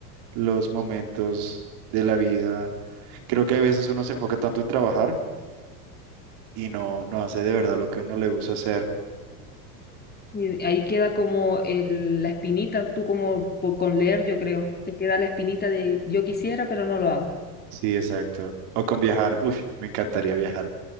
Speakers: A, on the right (about 55°); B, on the left (about 20°).
A: los momentos de la vida. Creo que a veces uno se enfoca tanto en trabajar y no, no hace de verdad lo que uno le gusta hacer.
B: Y ahí queda como el- la espinita, tú como por, con leer, yo creo, te queda la espinita de yo quisiera, pero no lo hago.
A: Sí, exacto. O con viajar. Uy, me encantaría viajar.